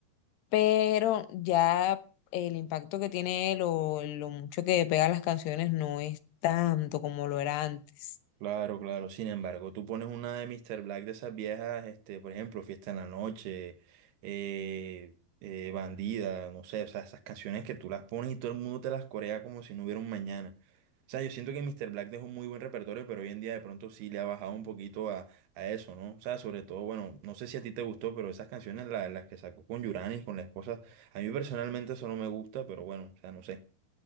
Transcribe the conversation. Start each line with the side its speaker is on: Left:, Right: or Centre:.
Left: pero ya el impacto que tiene él o lo mucho que pega las canciones no es tanto como lo era antes.
Right: Claro, claro. Sin embargo, tú pones una de Mr. Black de esas viejas, este, por ejemplo, Fiesta en la Noche, eh, eh, Bandida, no sé, o sea, esas canciones que tú las pones y todo el mundo te las corea como si no hubiera un mañana. O sea, yo siento que Mr. Black dejó un muy buen repertorio, pero hoy en día de pronto sí le ha bajado un poquito a, a eso, ¿no? O sea, sobre todo, bueno, no sé si a ti te gustó, pero esas canciones, la- las que sacó con Yuranis, con la esposa, a mí personalmente eso no me gusta, pero bueno, o sea, no sé.